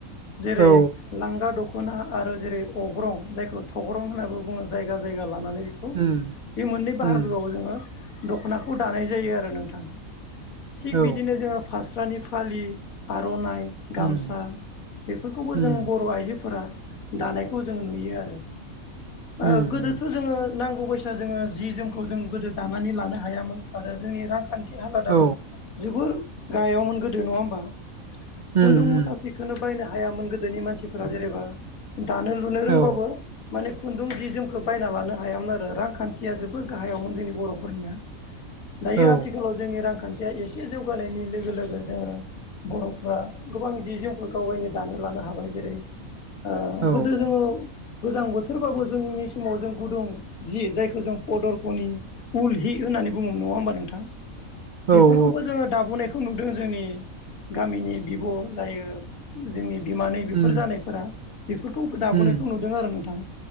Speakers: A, on the left; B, on the right.
A: जेरै
B: औ
A: लांगा दख'ना आरो जेरै अग्रं जायखौ थग्रं होननानै बुङो जायगा जायगा लानानै
B: उम
A: बे मोननै बाहागोआव
B: उम
A: जोङो दख'नाखौ दानाय जायो आरो नोंथां थिग
B: औ
A: बिदिनो जोङो फास्रानि फालि आर'नाइ गामसा
B: उम
A: बेफोरखौबो
B: उम
A: जों बर' आइजोफोरा दानायखौ जों नुयो आरो
B: उम
A: ओ गोदोथ'
B: उम
A: जोङो नांगौ बा जोङो जि जोमखौ जों गोदो दानानै लानो हायामोन आरो जोंनि रांखान्थि हालादाबो
B: औ
A: जोबोर गाहायावमोन गोदो नङा होमबा
B: उम
A: खुन्दुं मुथासे
B: उम
A: खौनो बायनो हायामोन गोदोनि मानसिफोरा जेनेबा दानो लुनो रोंबाबो
B: औ
A: माने खुन्दुं जि जोमखौ बायना लानो हायामोन आरो रां खान्थिया जोबोद गाहायावमोन जोंनि बर'फोरनिया दायो
B: औ
A: आथिखालाव जोंनि रांखान्थिया एसे जौगानायनि लोगो लोगो जोङो बर'फ्रा गोबां जि जोमखौ गावबायनो दानो लानो हाबाय जेरै ओ
B: औ
A: गोदो जोङो गोजां बोथोरबाबो जोंनि समाव जों गुदुं जि जाय खौ जों पदरखनि उल हि होननानै बुङो नङा होमबा नोंथां। बेफोरखौबो
B: औ
A: जोङो दाबोनायखौ नुदों जोंनि गामिनि बिब' जायो जोंनि बिमानै बेफोर
B: उम
A: जानायफोरा बेफोरखौ दाबोनायखौ
B: उम
A: नुदों आरो नोंथां।